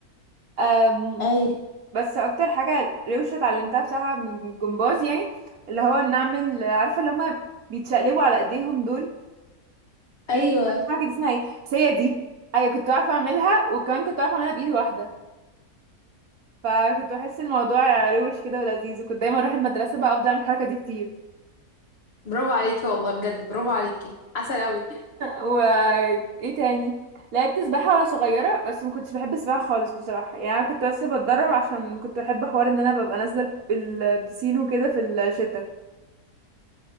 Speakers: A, on the right; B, on the left.
A: قوي
B: ايوه
A: بس اكتر حاجه روشه اتعلمتها بصراحه من الجمباز يعني اللي هو ان اعمل عارفه اللي هما بيتشقلبوا على ايديهم دول
B: ايوه
A: هي الحركه دي اسمها ايه بس هي دي ايوه كنت عارفه اعملها وكمان كنت عارفه اعملها بايد واحده فكنت بحس الموضوع روش كده ولذيذ وكنت دايما اروح المدرسه بقى افضل اعمل الحركه دي كتير
B: برافو عليكي والله بجد برافو عليكي عسل قوي
A: و ايه تاني لعبت سباحه وانا صغيره بس ما كنتش بحب السباحه خالص بصراحه يعني أنا كنت بس بتدرب عشان كنت بحب حوار ان انا ببقى نازله البسين وكده في الشتاء